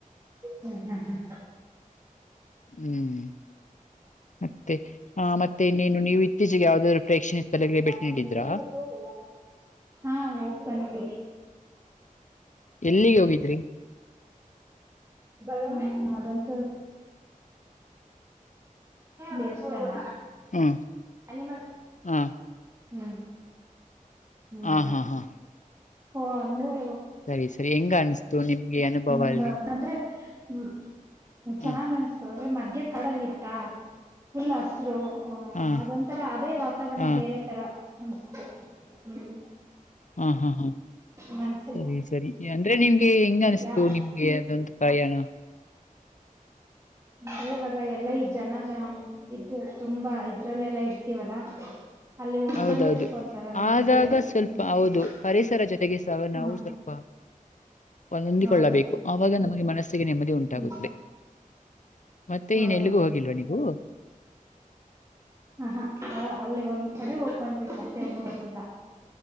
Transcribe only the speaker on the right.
ಹ್ಮ್ ಹ್ಮ್ ಹ್ಮ್
ಬೆಕಂತ
ಬೆಲ್ಲ ಹಾ ಹೋಗ್ ಬನ್ಿ
ಬಯ ಅದಂತ ದೇವಸ್ಥಾನ
ಎನಮ
ಹ್ಮ ಹ್ಮ
ಓ ಅಂದ್ರೆ
ಒಂದ
ಅಂದ್ರೆ ಹ್ಮ ಚೆನ್ನಾಗ್
ಅನಿಸ್ತವ ಅಂದ್ರೆ ಮಧ್ಯ್ಯ ಕಾಡಲ್ಲಿ ಇತ್ತ ಫುಲ್ ಹಸ್ರು
ಅದೊಂಂತರ ಅದೇ ವಾತಾವರಣ
ಬೇರೆ ತರ ಅನ್ಸೆ ಹ್ಮ್
ಮನ್ಸಿ
ಯಾ
ಅೆ ಇವಾಗ ಎಲ್ಲಾ ಈ ಜನ ಜ ಇದ ತುಂಬಾ ಇದ್ರಲ್ಲೆಲ್ಲಾ ಇರ್ತೀವಲ್ಲಾ ಅಲ್ಲಿ ಹೋಗ್
ಬಂದಿದ್ದಕ್ ಒಂಥರ ನೆಮ್ಮದಿ
ಅನ್ನಿಸ್ತು
ಹ್ಮ
ಹೌದು
ಹ್ಮ್
ಹೌದೌದು
ಹ ಹಾ ಅಲ್ಲಿ ಒಂದ್ ಕಡೆ ಹೋಗ್ ಬಂದ್ ಮತ್ತೆ ಎಲ್ಲಿ ಹೋಗ್ಲಿಲ್ಲ